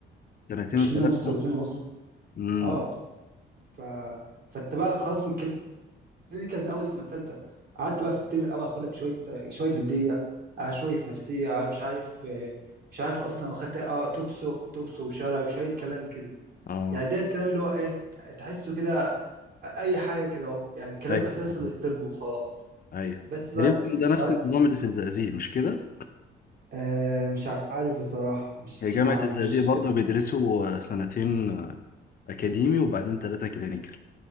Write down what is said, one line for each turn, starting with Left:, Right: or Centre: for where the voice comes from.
Left: سنتين
Right: مش
Left: وثلاثه
Right: اتنين ونص واتنين ونص
Left: امم
Right: اه ف فانت بقى خلاص اللي كان من اول سنه ثالثه قعدت بقى في الترم الاول اخد لك شويه شويه جلديه على شويه نفسيه على مش عارف آه، مش عارف اصلا واخدت اه توكسو توكسو وشرعي وشويه كلام كده
Left: اه
Right: يعني ده الكلام اللي هو ايه تحسه كده آه، اي حاجه كده اهو يعني كلام
Left: ايوه
Right: اساسي
Left: آه.
Right: للطب وخلاص
Left: ايوه
Right: بس بعد
Left: تقريبا ده نفس
Right: بعد
Left: النظام اللي في الزقازيق مش كده
Right: آه مش عارف بصراحه مش
Left: هي جامعه
Right: مع-
Left: الزقازيق
Right: مش
Left: برضه بيدرسوا آه، سنتين آه، اكاديمي وبعدين ثلاثه كلينيكال